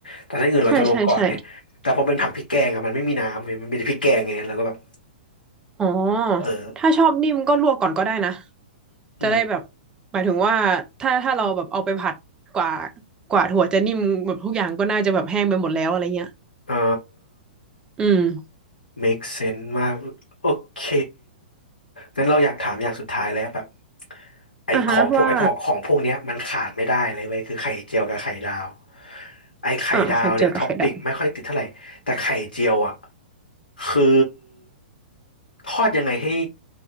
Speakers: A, on the left (about 75°); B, on the right (about 15°).
A: แต่ถ้าอย่างอื่นเราจะลงก่อนไงแต่พอเป็นผักพริกแกงอะมันไม่มีน้ำเว้ยมันมีแต่พริกแกงไงเราก็แบบ
B: ใช่ใช่ใช่ อ๋อ
A: เออ
B: ถ้าชอบนิ่มก็ลวกก่อนก็ได้นะ
A: อืม
B: จะได้แบบหมายถึงว่าถ้าถ้าเราแบบเอาไปผัดกว่า กว่าถั่วจะนิ่มแบบทุกอย่างก็น่าจะแบบแห้งไปหมดแล้วอะไรเงี้ย
A: เอ่า
B: อืม
A: make sense มากโอเคงั้นเราอยากถามอย่างสุดท้ายแล้วแบบไอของพวกไอพอของพวกเนี้ยมันขาดไม่ได้เลยเว้ยคือไข่เจียวกับไข่ดาว
B: อ่ะฮะว่า
A: ไอไข่ดาวเนี่ยท็อปปิกไม่ค่อยติดเท่าไหร่แต่ไข่เจียวอ่ะ
B: อ่าไข่เจียวกับไข่ดาว
A: คือทอดยังไงให้